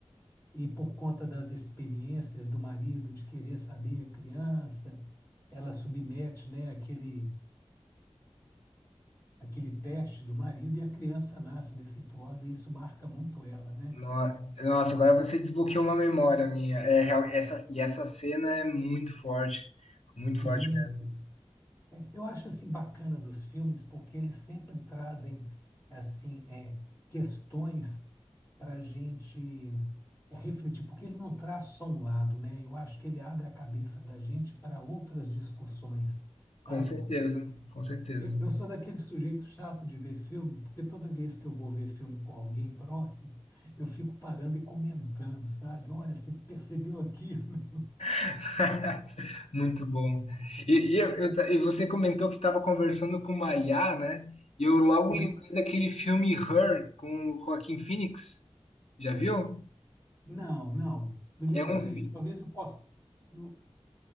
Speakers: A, on the left (about 25°); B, on the left (about 75°).
A: e por conta das experiências do marido de querer saber a criança, ela submete, né, aquele aquele teste do marido e a criança nasce defeituosa e isso marca muito ela, né?
B: No- Nossa, agora você desbloqueou uma memória minha. É, real- essa, e essa cena é muito forte, muito
A: Sim.
B: forte mesmo.
A: É, Eu acho assim bacana dos filmes porque eles sempre trazem assim é, questões para a gente é, refletir, porque ele não traz só um lado, né? Eu acho que ele abre a cabeça da gente para outras discussões, sabe?
B: Com certeza, com certeza.
A: Eu eu sou daquele sujeito chato de ver filme, porque toda vez que eu vou ver filme com alguém próximo, eu fico parando e comentando, sabe? Olha, você percebeu aquilo?
B: <laughs> Muito bom. E, e eu- eu
A: <laughs> Ou,
B: ta- e você comentou que estava conversando com uma IA, né? E eu logo
A: Sim.
B: lembrei daquele filme Her com o Joaquin Phoenix. Já viu?
A: Não, não. Me lembra
B: É um
A: aí.
B: fi-
A: Talvez eu possa. não-